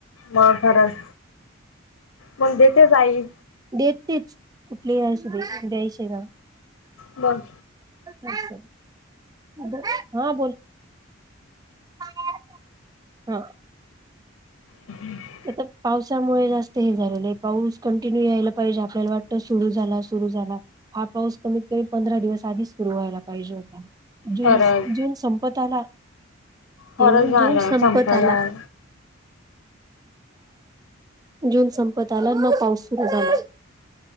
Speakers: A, on the left; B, on the right.
A: मग खरंच, मग देतेच आई
B: देतेच कुठलीही असुदे द्यायशी ना
A: बरं!
B: <inaudible> अ <unintelligible> हा बोल <unintelligible> हा
A: हम्म <inaudible>
B: आता पावसामुळे जास्त हे झालेलंय. पाऊस कंटिन्यू यायला पाहिजे आपल्याला वाटतं सुरू झाला सुरु झाला हा पाऊस कमीत कमी पंधरा दिवस आधीच सुरू व्हायला पाहिजे होता? ज
A: खरंच
B: जून संपत आला
A: खरंच
B: येऊन
A: झालं.
B: जून संपत
A: संपायला
B: आला
A: आ
B: जून संपत आला ना, मग पाऊस सुरू झाला